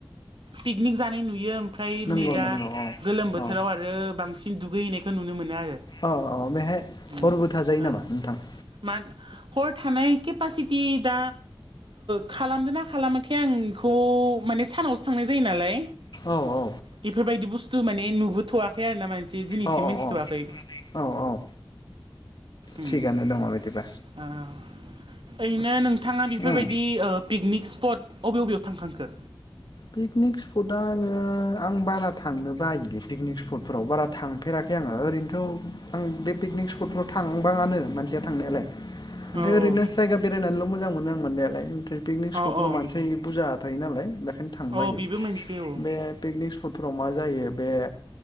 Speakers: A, on the right; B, on the left.
A: पिकनिक जानाय नुयो। ओमफ्राय
B: नंगौ
A: नै दा
B: नंगौ औ
A: गोलोम बोथोराव
B: औ
A: आरो बांसिन दुगैहैनायखौ नुनो मोनो आरो।
B: औ औ बेहाय
A: उम
B: हरबो थाजायो नामा
A: ओं
B: नोंथां?
A: मान हर थानाय केपासिटि दा खालामदों ना खालामाखै आं बेखौ। माने सानावसो थांनाय जायो नालाय।
B: औ औ
A: बेफोरबायदि बुस्थु माने नुबोथ'वाखै आरो ना माने। जे दिनैसिम
B: औ
A: मोनथिथ'वाखै
B: औ औ औ
A: ओ
B: थिगानो दङ बिदिबा
A: <unintelligible> ओरैनो नोंथाङा बेफोरबायदि
B: उम
A: पिकनिक स्पट बबे बबेयाव थांखांखो।
B: पिकनिक स्पटा आंङो आं बारा थांनो बायो पिकनिक स्पटफोराव बारा थांफेराखै। आंङो ओरैनोथ' आं बे पिकनिक स्पटफ्राव थांबाङानो मानसिया थांनायालाय ओमफ्राय
A: औ औ
B: ओरैनो जायगा बेरायनानैल' मोजां मोनो आं मोननायालाय माने पिकनिस्पटफोराव
A: औ औ
B: मानसि बुरजा थायो नालाय। बेखायनो थांबायो
A: औ बेबो मोनसे औ
B: बे पिकनिक स्पटफोराव मा जायो? बे